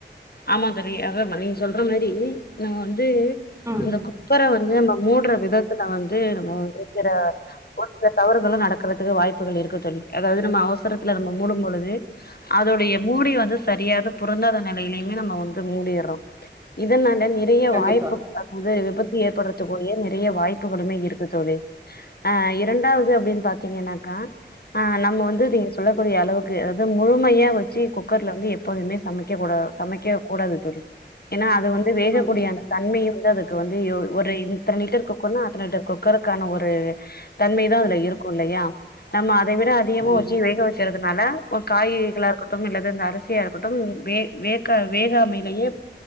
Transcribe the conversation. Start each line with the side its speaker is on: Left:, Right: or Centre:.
Left: ஆமாந் தோழி அது ஆமா நீங்க சொல்ற மாரி நம்ம வந்து
Right: ம்
Left: அந்த குக்கர வந்து நம்ம மூடுற விதத்துல வந்து நம்ம வந்து இருக்கிற ஒரு சில தவறுகளு நடக்கறதுக்கு வாய்ப்புகள் இருக்கு தோழி அதாவது நம்ம அவசரத்துல நம்ம மூடும்பொழுது அதோடைய மூடி வந்து சரியாக பொருந்தாத நெ லயிலயுமே நம்ம வந்து மூடிர்றோ இதனா ல நிறைய
Right: கண்டிப்பா
Left: வாய்ப்புகள் வந்து விபத்து ஏற்படுறதுக்குரிய நி றைய வாய்ப்புகளுமே இருக்கு தோழி ஆ இரண்டாவது அப்டின்னு பாத்தீங்கன்னாக்கா ஆ நம்ம வந்து நீங்க சொல்லக்கூடிய அளவுக்கு அதாவது முழுமையா வச்சு குக்கர்ல வந்து எப்போதுமே சமைக்க கூடா சமைக்க கூடாது தோழி ஏன்னா அ து வந்து வேகக்கூடிய
Right: ம்
Left: அந்த தன்மைய வந்து அது க்கு வந்து யோ ஒரு இத்தன லிட்டர் குக்கர்னா அத்தன லிட்டர் குக்கருக்கான ஒரு தன்மைதா அதுல இருக்கு இல்லையா நம்ம அ தை விட அதிகமா
Right: கண்டிப்பா
Left: வச்சு வேக வச்சர்றதுனால ஒரு காய்கறிகளாக இருக்கட்டும் இல்ல இந்த அரிசியா இருக்கட்டும் வே வே க்க வேகாமையிலயே